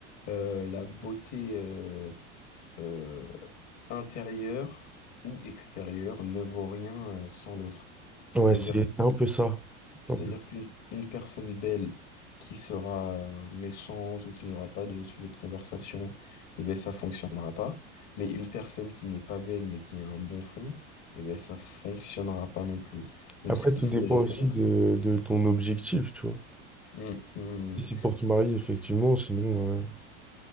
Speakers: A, on the left; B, in the centre.
A: euh, la beauté euh, euh, intérieure ou extérieure ne vaut rien euh, sans l'autre. C'est-à-dire
B: Ouais, c'est un peu ça.
A: C'est-à-dire
B: un peu-
A: qu'une une personne belle qui sera euh, méchante ou qui n'aura pas de sujet de conversation, eh ben ça fonctionnera pas. Mais une personne qui n'est pas belle mais qui a un bon fond, eh ben ça fonctionnera pas non plus. Donc
B: Après,
A: ce qu'il
B: tout
A: faudrait
B: dépend aussi
A: faire,
B: de, de ton objectif, tu vois.
A: Hmm, hmm,
B: Si c'est pour te marier, effectivement, sinon, euh,